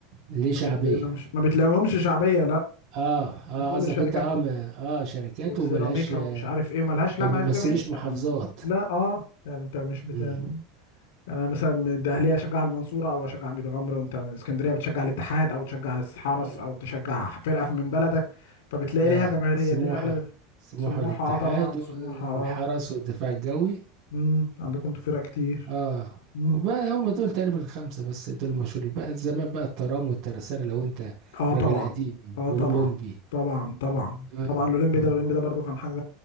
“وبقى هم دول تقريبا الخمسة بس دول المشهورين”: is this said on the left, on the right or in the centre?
Right